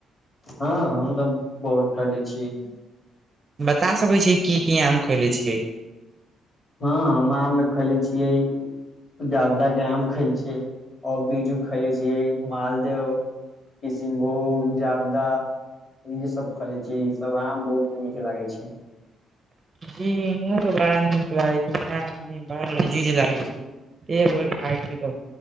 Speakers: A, on the left; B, on the right.
A: हँ हम त बहुत खैली छी
B: बता सकै छी की की आम खोयले छिय
A: हँ हम आ मे खेले छियै जादा के आम खैल छै बीजू खेले छियै मालदह किशनभोग जारदा इे सब खेयजे छै ई सब आम बहुत नीक लागे छै
B: जी हम तऽ बड़ा नीक लागै छैड़ लागै छी ए भो खा द तब